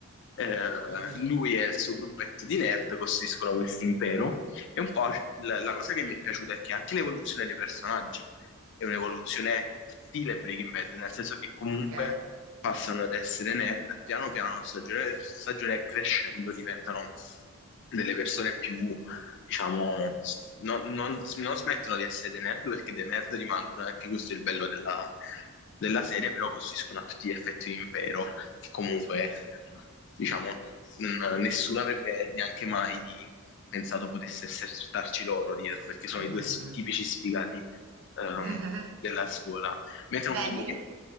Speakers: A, on the left (about 55°); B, on the right (about 70°).
A: eh,
B: Mhm.
A: lui e il suo gruppetto di nerd costruiscono questo impero. E un po' la, la cosa che mi è piaciuta è che anche l'evoluzione dei personaggi, è un'evoluzione stile Breaking Bad, nel senso che comunque
B: Ok.
A: passano ad essere nerd, piano piano, stagione, per stagione crescendo, diventano delle persone più, diciamo, non, non- non smettono di essere dei nerd perché dei nerd rimangono, e anche questo è il bello della, della serie, però costituiscono a tutti gli effetti un impero, che comunque, diciamo, non- nessuno avrebbe neanche mai pensato potesse esserci loro dietro, perché sono
B: Mhm.
A: i due s- tipici sfigati ehm,
B: <laughs>
A: della scuola. Mentre
B: Beh,
A: un film
B: mi
A: che...
B: ricordo...